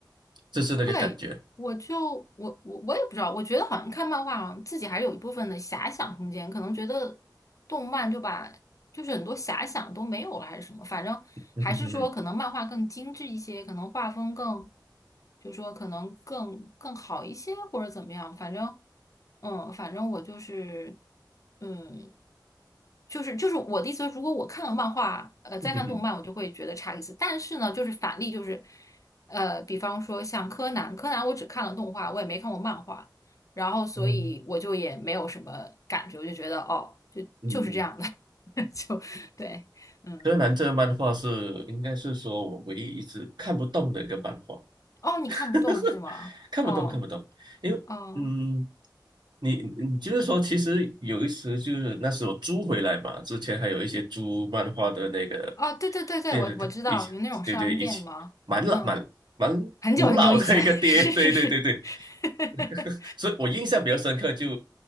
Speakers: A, on the right; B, on the left.
A: 就是那个感觉。
B: 对，我就我我我也不知道，我觉得好像看漫画啊，好像自己还是有一部分的遐想空间，可能觉得动漫就把就是很多遐想都没有了，还是什么，反正还是说可能漫画更精致一些，
A: <laughs> 嗯哼哼
B: 可能画风更，就说可能更更好一些或者怎么样，反正嗯，反正我就是嗯。就是就是我的意思是，如果我看了漫画，呃，再看动漫，
A: 哼，嗯哼
B: 我就会觉得差一次。但是呢，就是反例，就是呃，比方说像柯南，柯南我只看了动画，我也没看过漫画，然后所以我就也没有什么感觉，
A: 哼
B: 我就觉得哦，就就是这样的，
A: 嗯。
B: <laughs> 就对，嗯，
A: 柯南这个漫画是应该是说我唯一一直看不懂的一个漫画。
B: 哦，你看不懂是吗？
A: <laughs> 看不懂，
B: 哦，
A: 看不懂，因为嗯，
B: 哦，
A: 你你就是说，其实有一时就是那时候租回来嘛，之前还有一些租漫画的那个
B: 哦，对对对对，
A: 电视的一起，
B: 我我知道有那种商店吗？
A: 对对，一起蛮老蛮蛮古老的一个爹，
B: 嗯，很久很久以前，<laughs> 是是是，
A: 对对对对，
B: <laughs>
A: <laughs> 所以我印象比较深刻就，